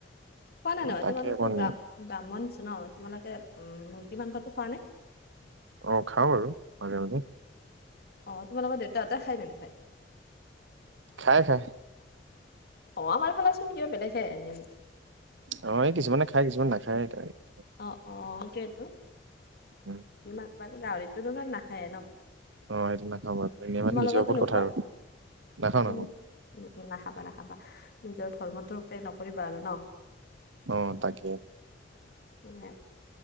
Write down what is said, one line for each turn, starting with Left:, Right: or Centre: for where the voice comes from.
Left: খোৱা নাই নহ
Right: তাকে
Left: তোমালোকো
Right: অকণ
Left: ব্ৰা ব্ৰাহণ ন তোমালোকে উম, মুৰ্গী মাংসটো খোৱা নে?
Right: অ', খাওঁ আৰু মাজে মাজে।
Left: অ', তোমালোকৰ দেউতাহঁতে খাই নে নেখাই?
Right: খাই খাই।
Left: অ', আমাৰ ইফালে চোন কিবা বেলেগহে এনে
Right: অ', এই কিছুমানে খাই কিছুমান নাখায় <unintelligible>
Left: অ', অ', সেইটোৱেইতো।
Right: উম
Left: <unintelligible> গাহৰিতো তো নাখায়ে ন?
Right: অ', এইটো নাখাওঁ বাৰু এনেই
Left: তোমালোকৰতো
Right: মানে নিজৰ ওপৰত
Left: নোখোৱা
Right: কথা আৰু, নাখাওঁ
Left: তুমি
Right: নাখাওঁ।
Left: উম, নাখাবা নাখাবা, নিজৰ ধৰ্মটো <unintelligible> নকৰিবা আৰু ন।
Right: অ', তাকে।
Left: <unintelligible>